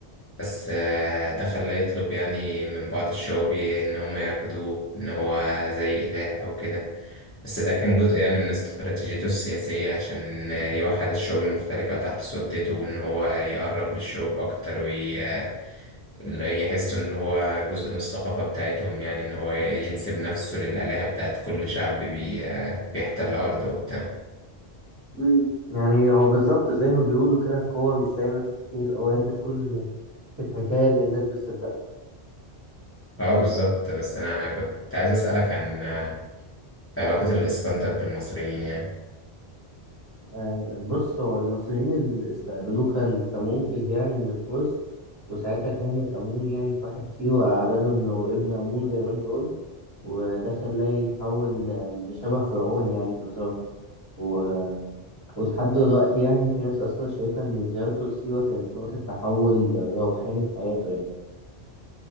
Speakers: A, on the left (about 20°); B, on the right (about 20°).
A: بس آه، ده خلاه يطلب يعني من بعض الشعوبي إن هم يعبدوه إن هو زي إله أو كده بس ده كان جزء يعني من استراتيجيته السياسية عشان آه، يوحد الشعوب المختلفة تحت سلطته وإن هو يقرب للشعوب أكتر ويحسوا إن هو جزء من الثقافة بتاعتهم يعني إن هو ينسب نفسه للآلهة بتاعت كل شعب بي... آه، بيحتل أرضه وبتاع
B: مم. يعني هو بالظبط زي ما بيقولوا كده القوة مش دايما في السيف أوقات بتكون في الحكاية اللي الناس بتصدقها
A: اه بالظبط بس أنا كنت عايز أسألك عن آه، علاقة الإسكندر بالمصريين يعني
B: آه بص هو المصريين اللي استقبلوه كان كمنقذ يعني من الفرس وساعتها كهنة أمون يعني في واحد سيوة أعلنوا إنه ابن أمون زي ما أنت قلت وده خلاه يتحول آه، لشبه فرعون يعني في نظرهم و... ولحد دلوقتي يعني في ناس أصلا شايفة إن زيارته لسيوة كانت نقطة تحول روحاني في حياته يعني